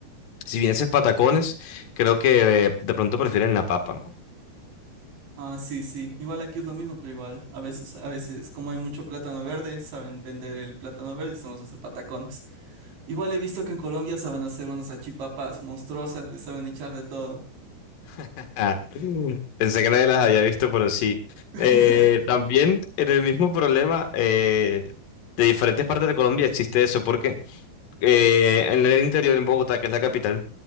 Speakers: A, on the left (about 60°); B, on the right (about 85°).
A: si vienes en patacones, creo que eh, de pronto prefieren la papa.
B: Ah, sí, sí. Igual aquí es lo mismo, pero igual. A veces, a veces, como hay mucho plátano verde, saben vender el plátano verde y sabemos hacer patacones. Igual he visto que en Colombia saben hacer unas salchipapas monstruosas, le saben echar de todo.
A: <laughs> Ah, pensé que nadie las había visto, pero sí.
B: <laughs>
A: Eh, también en el mismo problema eh, de diferentes partes de Colombia existe eso, porque eh, en el interior, en Bogotá, que es la capital,